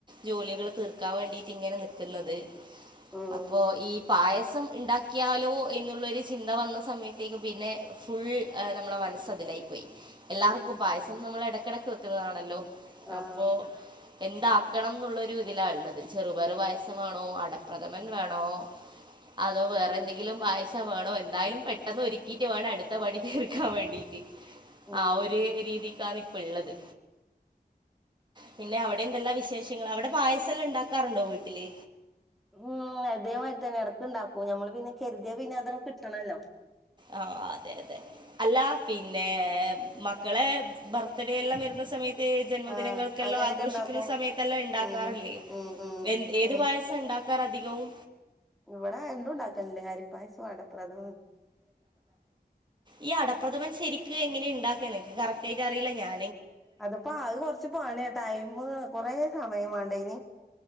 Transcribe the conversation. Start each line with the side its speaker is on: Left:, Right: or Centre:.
Right: ജോലികൾ തീർക്കാൻ വേണ്ടിയിട്ടി ങ്ങനെ നിക്കുന്നത്
Centre: ഉം
Right: അപ്പൊ ഈ പായസം ഉണ്ടാക്കിയാലോ എന്നുള്ളൊരു ചിന്ത വന്ന സമയത്തേക്ക് പിന്നെ ഫുൾ ഏ നമ്മളുടെ മനസ്സതിലായി പോയി എല്ലാവർക്കും പായസം നമ്മൾ ഇടക്കിടക്ക് വെക്കുന്നതാണല്ലോ
Centre: ആഹ്
Right: അപ്പൊ എന്താക്കണംന്നുള്ളൊരു ഇതിലാ ഉള്ളത് ചെറുപറു പായസം വേണോ <unintelligible> അടപ്രഥമൻ വേണോ അതോ വേറെന്തെങ്കിലും
Centre: ഉം
Right: പായസം വേണോ എന്തായാലും പെട്ടെന്ന് ഒരുക്കീട്ടുവേണം അടുത്ത പണി തീർക്കാൻ വേണ്ടീട്ട്
Centre: ഉം
Right: ആ ഒരേ രീതി കാനി ഉള്ളത് പിന്നെ അവിടെ എന്തെല്ലാ വിശേഷങ്ങള് അവിടെ പായസെല്ലാം ഉണ്ടാക്കാറുണ്ടോ വീട്ടില്
Centre: ഉം അതേമായിരി തന്നെ ഇടക്ക് ഉണ്ടാക്കൂ നമ്മള് പിന്നെ കെരുതിയാ പിന്നെ അതങ്ങ് കിട്ടണല്ലോ
Right: ആ അതെ അതെ അല്ല പി ന്നേ മക്കളെ ബർ ത്ഡേയെല്ലാം വരുന്ന സമയത് ജന്മദിനങ്ങൾക്കെല്ലാം
Centre: ആഹ് അങ്ങനെയൊക്കെ
Right: ആഘോഷിക്കുന്ന
Centre: ഇണ്ടാക്കും
Right: സമയത്തല്ലാം ഉണ്ടാക്കാറില്ലെ
Centre: ഉം ഉം
Right: ഏത്
Centre: ഉം
Right: പായസമാ ഉണ്ടാക്കാറ് അധികവും
Centre: ഇവിടെ എന്തും ഉണ്ടാക്കലുണ്ട് അരി പായസവും അട പ്രഥമനും
Right: ഈ അടപ്രഥമൻ ശരിക്കും എങ്ങിനെയുണ്ടാക് ചിലർക്ക് കറക്റ്റായിട്ടറിയില്ല ഞാൻ
Centre: അതിപ്പോ ആയ് കൊറച്ച് പണീട്ടോ ടൈം പോവും കൊറേ സമയം വേണ്ടെ അയിന്